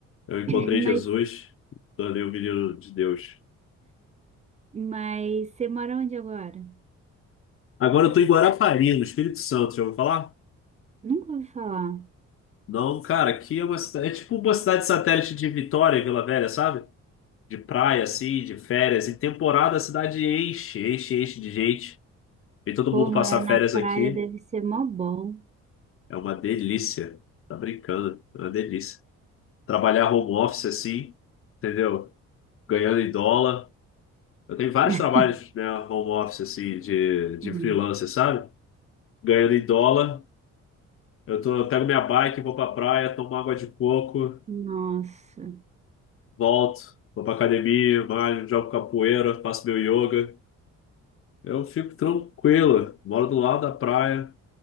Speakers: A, on the left; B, on the right.
A: eu encontrei
B: <clears throat>
A: Jesus,
B: Mas,
A: tornei o menino de Deus.
B: mas você mora onde agora?
A: Agora eu tô em Guarapari, no Espírito Santo, já ouviu falar?
B: Nunca ouvi falar.
A: Não, cara, aqui é uma cidade, é tipo uma cidade satélite de Vitória, Vila Velha, sabe? De praia, assim, de férias. Em temporada a cidade enche, enche, enche de gente. e todo
B: Pô,
A: mundo
B: morar
A: passar
B: na
A: férias
B: praia
A: aqui.
B: deve ser mó bom.
A: É uma delícia. Tá brincando, é uma delícia. Trabalhar home office assim, entendeu? Ganhando em dólar. Eu tenho vários
B: <laughs>
A: trabalhos, né, home office, assim, de, de
B: Hum.
A: freelancer, sabe? Ganhando em dólar. Eu tô, eu pego minha bike, vou pra praia, tomo água de coco,
B: Nossa,
A: volto, vou pra academia, malho, jogo capoeira, faço meu yoga. Eu fico tranquilo, moro do lado da praia,